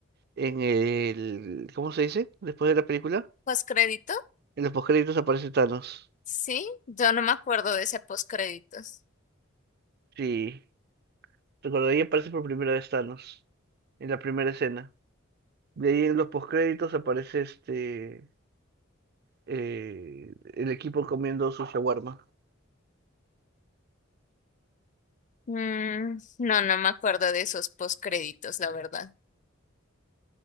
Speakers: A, on the right; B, on the left.
A: en el, ¿cómo se dice? Después de la película,
B: ¿Postcrédito?
A: en los postcréditos aparece Thanos.
B: Sí, yo no me acuerdo de ese postcréditos.
A: Sí, recuerdo, ahí aparece por primera vez Thanos en la primera escena. De ahí en los postcréditos aparece este, eh, el equipo comiendo su shawarma.
B: Mm, no, no me acuerdo de esos postcréditos, la verdad.